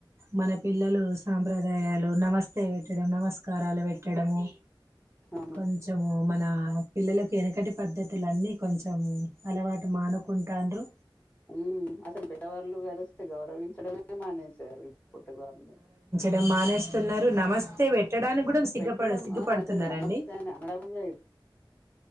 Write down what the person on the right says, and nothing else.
మన పిల్లలు సాంప్రదాయాలు నమస్తే పెట్టడం నమస్కారాలు పెట్టడము
కొంచము మన పిల్లలకి ఎనుకటి పద్ధతులన్ని కొంచెము అలవాటు మానుకుంటాండ్రు
డం మానేస్తున్నారు నమస్తే బెట్ ట్టడానికి కూడా సిగ్గప
సిగ్గుపడుతున్నారండి.